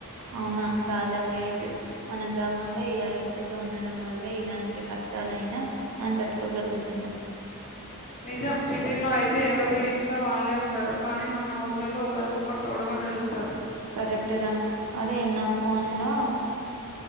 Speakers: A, on the right; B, on the left.
A: అవునా చాలా గ్రేట్ మన గ్రామంలో ఈ ఐక్యత ఉండడం వల్లే ఇలాంటి క ష్టలయినా మనం తట్టుకోగలుగుతున్నాం
B: నిజం సిటీలో అయితే ఎవరి ఇంట్లో వాళ్ళే ఉంటారు కానీ మన ఊర్లలో ఒకరికొకరు తోడుగా నిలుస్తారు
A: కరెక్ట్ రా అరే నా ఫోన్లో